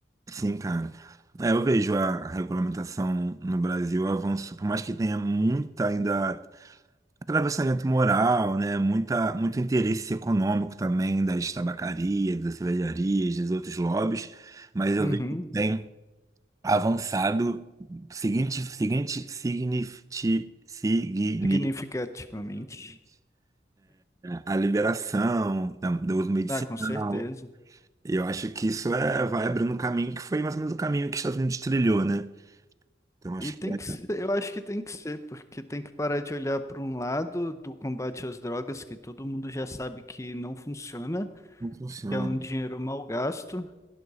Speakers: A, on the right; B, on the left.
A: Sim, cara. É, eu vejo a regulamentação no Brasil avançou, por mais que tenha muita ainda atravessamento moral, né? Muita, muito interesse econômico também das tabacarias, das cervejarias, dos outros lobbies, mas eu
B: Uhum.
A: vejo que tem. avançado, seguinte, seguinte, signifi- significativamente
B: Significativamente.
A: a liberação da- do uso medicinal.
B: Ah, com certeza.
A: E Eu acho que isso é, vai abrindo um caminho que foi mais ou menos o caminho que os Estados Unidos trilhou, né? Então acho
B: E tem
A: que é
B: que ser, eu acho que tem que ser, porque tem que parar de olhar para um lado do combate às drogas, que todo mundo já sabe que não funciona,
A: como funciona.
B: que é um dinheiro mal gasto,